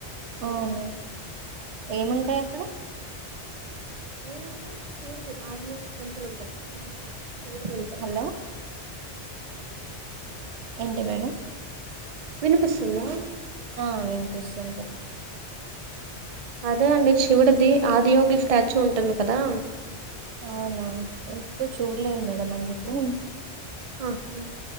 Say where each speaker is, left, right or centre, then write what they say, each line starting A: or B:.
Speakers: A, on the right; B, on the right.
A: ఆవును ఏముంటాయ్ అక్కడ్
B: ఏముంటయ్ శివుడిది ఆది యొక్టెంపుల్ ఉంటది గదా శివుడిది ఉంట
A: బొల్లో ఏంటి మేడమ్
B: వినుపిస్తుందా
A: ఆ విన్పిస్తుంది సా
B: అదే అండి శివుడిది ఆదియోగి స్టాచ్యూ ఉంటుంది కదా
A: ఔనా ఎప్పుడ్చూడ్లేదు మేడం అందుకే
B: అహా